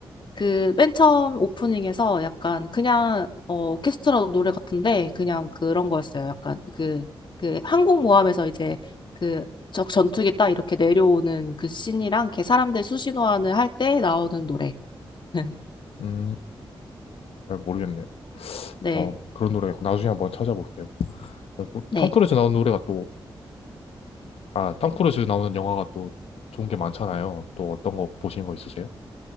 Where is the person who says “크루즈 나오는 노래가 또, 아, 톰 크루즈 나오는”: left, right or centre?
Left